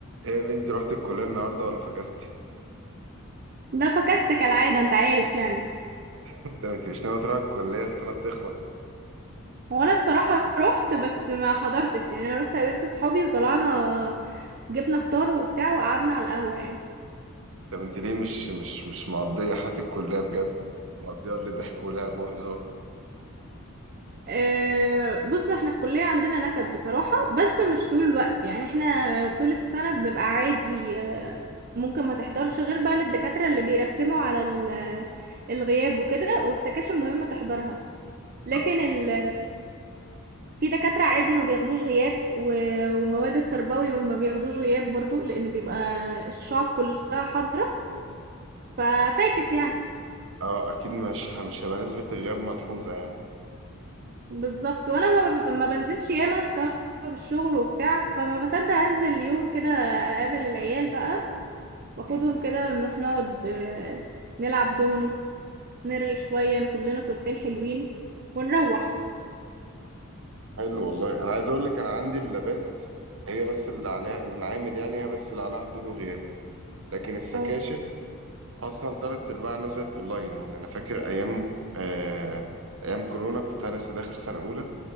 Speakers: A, on the right; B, on the right.
A: ايه يا بنتي رحت الكلية النهاردة ولا فكستي؟
B: لا فكست كالعادة انت عارف يعني
A: <laughs> انت انت مش ناوي تروح الكلية السنة تخلص
B: وانا بصراحة رحت بس ما حضرتش يعني انا رحت قابلت صحابي وطلعنا جبنا فطار وبتاع وقعدنا على القهوة يعني
A: طب انت بنتي ليه مش مش مش مقضية حياة الكلية بجد؟ مقضية اللي ضحك ولعب وهزار
B: أه بص احنا الكلية عندنا نكد بصراحة بس مش طول الوقت يعني احنا طول السنة بنبقى عادي آه، ممكن ما تحضرش غير بقى للدكاترة اللي بيرخموا على ال- الغياب وكده والسكاشن مهم تحضرها لكن
A: اه
B: ال في دكاترة عادي ما بياخدوش غياب و- ومواد التربوي ما بياخدوش غياب برضو لأن بيبقى الشعب كلها حاضرة ففاكس يعني
A: اه اكيد مش ه- مش هيبقى نسبة الغياب ملحوظة يعني
B: بالظبط وأنا ما ب- ما بنزلش ياما بسبب الشغل وبتاع فما بصدق أنزل يوم كده أقابل العيال بقى واخدهم
A: مم.
B: كده ونروح نقعد آه، نلعب دومينو نرغي شوية ناخد لنا صورتين حلوين ونروح
A: حلو والله انا عايز اقول لك انا عندي اللابات هي بس اللي عليها المعامل يعني هي بس اللي عليها حضور وغياب لكن السكاشن
B: اه
A: اصلا تلات ارباعها نزلت اونلاين يعني انا فاكر ايام آه ايام كورونا كنت انا لسه داخل سنة اولى